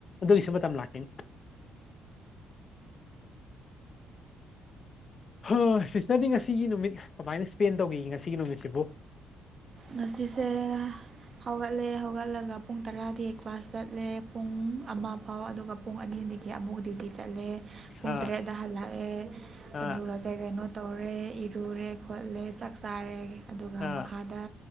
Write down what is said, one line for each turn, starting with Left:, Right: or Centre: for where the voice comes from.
Left: ꯑꯗꯨꯒꯤꯁꯨ ꯃꯇꯝ ꯂꯥꯛꯈꯤꯅꯤ ꯍꯥ ꯁꯤꯁꯇꯔꯗꯤ ꯉꯁꯤꯒꯤ ꯅꯨꯃꯤꯠ ꯀꯃꯥꯏꯅ ꯏꯁꯄꯦꯟ ꯇꯧꯈꯤ ꯉꯁꯤꯒꯤ ꯅꯨꯃꯤꯠꯁꯤꯕꯨ
Right: ꯉꯁꯤꯁꯦ ꯍꯧꯒꯠꯂꯦ ꯍꯧꯒꯠꯂꯒ ꯄꯨꯡ ꯇꯔꯥꯗꯤ ꯀ꯭ꯂꯥꯁ ꯆꯠꯂꯦ ꯄꯨꯡ ꯑꯃ ꯐꯥꯎ ꯑꯗꯨꯒ ꯄꯨꯡ ꯑꯅꯤ ꯑꯅꯤꯗꯤ ꯑꯃꯨꯛ ꯗꯤꯌꯨꯇꯤ ꯆꯠꯂꯦ ꯄꯨꯡ
Left: ꯑꯥ
Right: ꯇꯔꯦꯠꯗ ꯍꯜꯂꯛꯑꯦ
Left: ꯑꯥ
Right: ꯑꯗꯨꯒ ꯀꯩ ꯀꯩꯅꯣ ꯇꯧꯔꯦ ꯏꯔꯨꯔꯦ ꯈꯣꯠꯂꯦ ꯆꯥꯛ ꯆꯥꯔꯦ ꯑꯗꯨꯒ
Left: ꯑꯥ
Right: ꯃꯈꯥꯗ